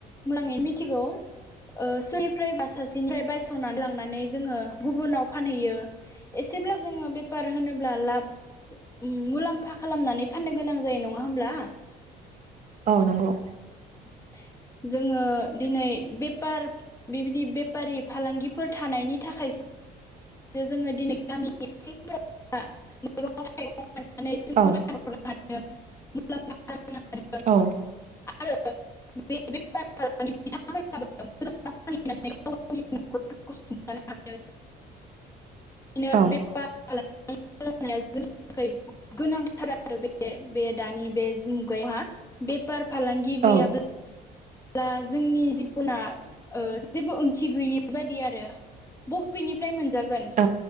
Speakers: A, on the left; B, on the right.
A: मोजाङै मिथिगौ। ओ सोरनिफ्रायबा सासेनिफ्राय बायस' सनानै लांनानै जोङो गुबुनाव फानहैयो एसेब्ला जोङो बेफार होनोब्ला लाब मुलाम्फा खालामनानै फाननो गोनां जायो नङा होमब्ला?
B: औ नंगौ।
A: थ <unintelligible> जोङो दिनै बे बेपार बेबायदि बेफारि फालांगिफोर थानायनि थाखायसो जोङो दिनै गामिनि <unintelligible> मैगं थाइगं <unintelligible>
B: औ औ
A: <unintelligible> <unintelligible> <unintelligible> बिदिनो
B: औ
A: बेपार <unintelligible> जोंनि थाखाय गोनांथार आरो बे दानि बे मुगायावहा बेपार फालांगि
B: औ
A: गैयाब्ला अब्ला जोंनि जिबना ओ जेबो ओंथि गैयि बादि आरो बबेनिफ्राय फ्राय मोनजागोन
B: औ